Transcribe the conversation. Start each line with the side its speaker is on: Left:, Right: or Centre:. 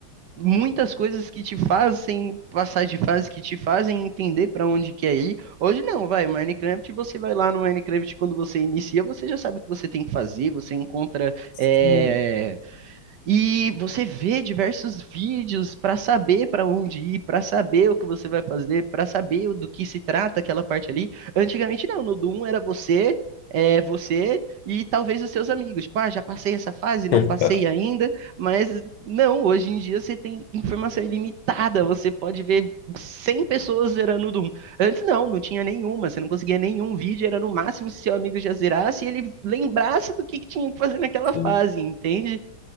Right: muitas coisas que te fazem passar de fase, que te fazem entender pra onde quer ir. Hoje não, vai. Minecraft, você vai lá no Minecraft, quando você inicia, você já sabe o que você tem que fazer, você encontra.
Left: Sim,
Right: eh, e você vê diversos vídeos para saber para onde ir, para saber o que você vai fazer, para saber do que se trata aquela parte ali. Antigamente não, no Doom era você, é, você e talvez os seus amigos. Tipo, ah, já passei essa fase, não
Left: <laughs> verdade,
Right: passei ainda, mas não, hoje em dia você tem informação ilimitada, você pode ver 100 pessoas zerando o Doom. Antes não, não tinha nenhuma, você não conseguia nenhum vídeo, era no máximo se seu amigo já zerasse e ele lembrasse do que que tinha que fazer naquela fase,
Left: verdade.
Right: entende?